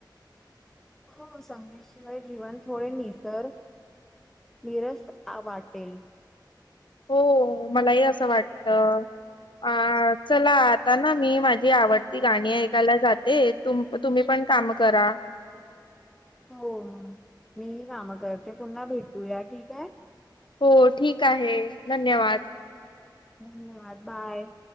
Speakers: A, in the centre; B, on the left (about 85°).
A: हो. सांगेशिवाय जीवन थोडे निसर निरस आ वाटेल.
B: हो मलाही असं वाटत. अ चला आता ना मी माझी आवडती गाणी ऐकायला जाते तुम तुम्ही पण -- काम करा.
A: हो मी ही काम करते. पुन्हा भेटू या ठीक हाय.
B: हो. ठीक आहे. धन्यवाद.
A: धन्यवाद. बाय.